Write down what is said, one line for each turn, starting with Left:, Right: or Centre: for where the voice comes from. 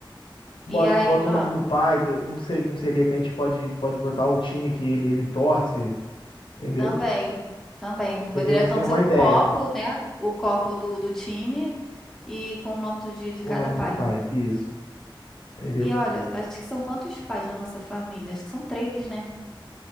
Left: Bota,
Centre: E aí,
Left: bota
Centre: ah.
Left: o nome do pai, de- não sei, não sei, de repente pode, pode botar o time que ele, ele torce, entendeu?
Centre: Também, também. Poderia
Left: Seria,
Centre: então
Left: seria
Centre: ser
Left: uma
Centre: o
Left: ideia
Centre: copo, né? O copo do, do time e com o nome do, de, de
Left: com
Centre: cada
Left: o nome
Centre: pai.
Left: do pai, isso, entendeu?
Centre: E olha, acho que são quantos pais na nossa família? Acho que são três, né?